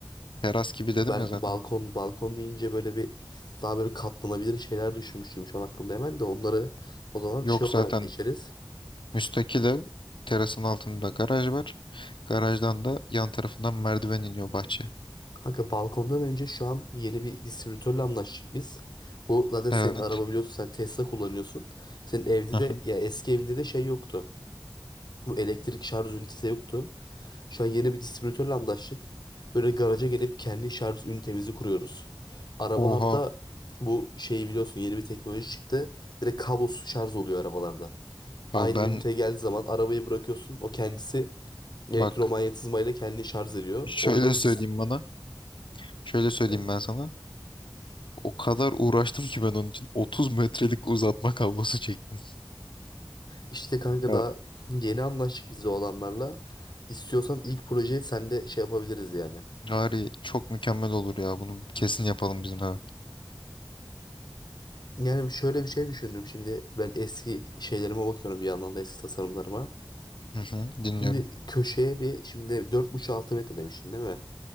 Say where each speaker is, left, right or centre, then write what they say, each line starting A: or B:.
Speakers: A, on the left (about 80°); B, on the left (about 60°).
A: teras gibi dedim
B: Ben
A: ya zaten.
B: balkon balkon deyince böyle bir daha böyle katlanabilir şeyler düşünmüştüm şu an aklımda hemen de onları o zaman
A: Yok
B: şey olarak
A: zaten
B: geçeriz.
A: müstakil ev terasın altında garaj var. Garajdan da yan tarafından merdiven iniyor bahçe.
B: Kanka balkondan önce şu an yeni bir distribütörle anlaştık biz. Bu zaten senin
A: Evet.
B: araba biliyorsun sen Tesla kullanıyorsun. Senin evde
A: Aha.
B: de ya eski evinde de şey yoktu. Bu elektrik şarj ünitesi yoktu. Şu an yeni bir distribütörle anlaştık. Böyle garaja gelip kendi şarj ünitemizi kuruyoruz. Araba
A: Oha
B: hatta bu şeyi biliyorsun yeni bir teknoloji çıktı. Direkt kablosuz şarj oluyor arabalarda. aynı
A: Ya ben
B: üniteye geldiği zaman arabayı bırakıyorsun. O kendisi elektromanyetizmayla
A: bak
B: kendini şarj ediyor.
A: şöyle
B: Onların
A: söyleyeyim
B: dis-
A: bana. Şöyle söyleyeyim
B: Evet.
A: ben sana. O kadar uğraştım ki ben onun için 30 metrelik uzatma kablosu çektim.
B: İşte kanka
A: Ya
B: daha yeni anlaştık biz de o adamlarla. İstiyorsan ilk projeyi sen de şey yapabiliriz yani.
A: Gari çok mükemmel olur ya. Bunu kesin yapalım bizim eve.
B: Yani şöyle bir şey düşündüm şimdi ben eski şeylerime bakıyorum bir yandan da eski tasarımlarıma.
A: Hı hı, dinliyorum.
B: Şimdi köşeye bir şimdi dört buçuk altı metre demiştin değil mi?